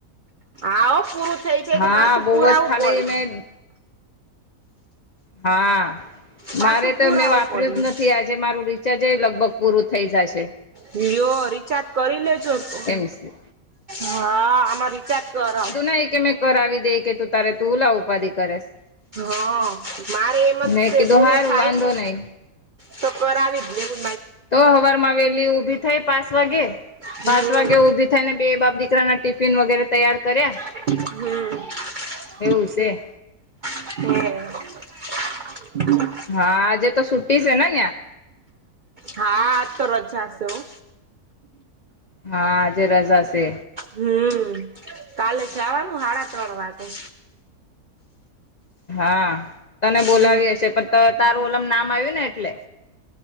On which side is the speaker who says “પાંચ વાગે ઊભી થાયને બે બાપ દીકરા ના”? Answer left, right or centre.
Left